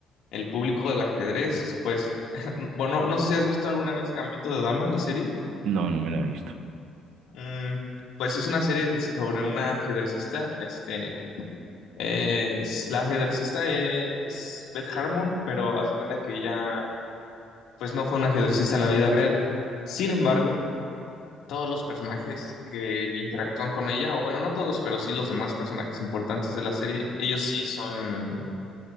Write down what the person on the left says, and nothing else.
el público del ajedrez, pues, <laughs> bueno, no sé si has visto alguna vez Gambito de Dama, la serie.
Mm, pues es una serie sobre una ajedrecista, este, es, la ajedrecista es Beth Harmon, pero haz de cuenta que ella, pues no fue una ajedrecista en la vida real. Sin embargo, todos los personajes que interactúan con ella, o bueno, no todos, pero sí los demás personajes importantes de la serie, ellos sí son,